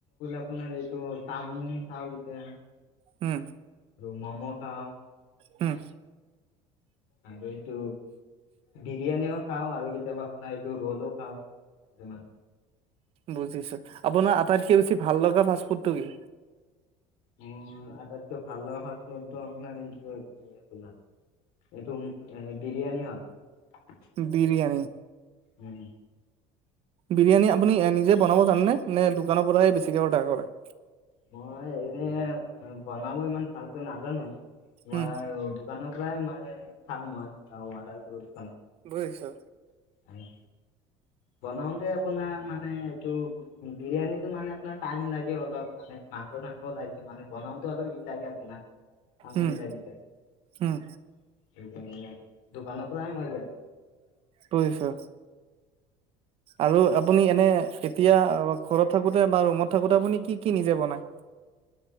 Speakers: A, on the left; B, on the right.
A: আপোনাৰ এইটো চাওমিন চাও কেতিয়া
B: হম
A: ম'ম' খাও।
B: উম।
A: আৰুটো বিৰিয়ানিও খাওঁ আৰু কেতিয়াবা আপোনাৰ এইটো ৰলো খাওঁ ম
B: বুজিছো আপোনাৰ আটাইতকে বেছি ভাল লগা ফাষ্ট ফুডটো কি
A: উ আটাইতকৈ ভাল লগা ফাচ ফোট ত আপোনাৰ এইটোপোনাৰ এইটো এ বিৰিয়ানী হয়
B: বিৰিয়ানি
A: উম
B: বিৰিয়ানী আপুনি নিজে বনাব জানেনে নে দোকানৰ পৰা বেছিকে অৰ্ডাৰ কৰে
A: মই এনে বনাব ইমান ভালকে নাজানো মই
B: উম
A: দোকানৰ প্ৰায় মানে খাওঁ মই অৰ্ডাৰ কৰো
B: বুজিছো
A: আৰু বনাওতে আপোনাৰ মানে এইটো বিৰিয়ানীটো মানে আপোনাৰ টাইম লাগে অলপ মানে মাংস চাং লাগে মানে বনাওঁতে অলপ ই লাগে আপোনাৰ আমনি
B: উম
A: লাগি যায় সেইকাৰণে
B: উম
A: আৰু দোকানত প্ৰায় মজা
B: বুজিছো আৰু আপুনি এনে এতিয়া ঘৰত থাকোতে বা ৰুমত থাকোতে আপুনি কি কি নিজে বনায় হয়